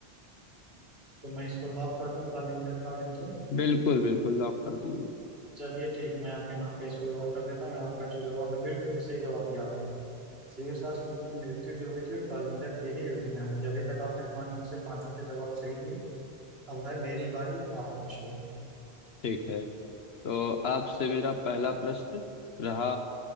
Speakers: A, on the right; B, on the left.
A: तो मैं इसको लॉक कर दूं कालिंगर का युद्ध
B: बिल्कुल बिल्कुल लॉक कर दीजिए
A: चलिए ठीक है मैं आपके नाम पे इसको लॉक कर देता हूँ आपका जो जवाब है बिल्कुल ही सही जवाब दिया आपने शेष राष्ट्र युद्ध की मृत्यु जो हुई थी वो कलिंगर के ही युद्ध में हुई थी अभी तक आपने पांच में से पांचों के जवाब सही दिए अब है मेरी बारी आप पूछिए
B: ठीक है तो आपसे मेरा पहला प्रश्न रहा